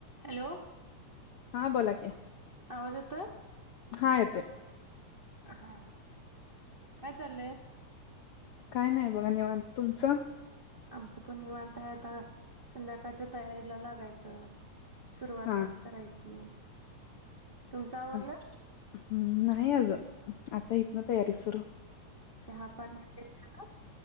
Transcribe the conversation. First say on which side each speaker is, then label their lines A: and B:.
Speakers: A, on the right (about 65°); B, on the left (about 75°).
A: Hello
B: हा बोला क
A: आवाज येतोय
B: हा येत ते
A: हा काय चाललंय
B: काय नाही बघा नि तुमचं
A: आमचं पण निवानत आहे आता संध्याकाळच्या तयारीला लागायचं सुरवात
B: हा
A: करायची तुमचवरलं
B: हा. हम्म नाही अजून आता हितन तयारी सुरू
A: चहा पाणि ते झालं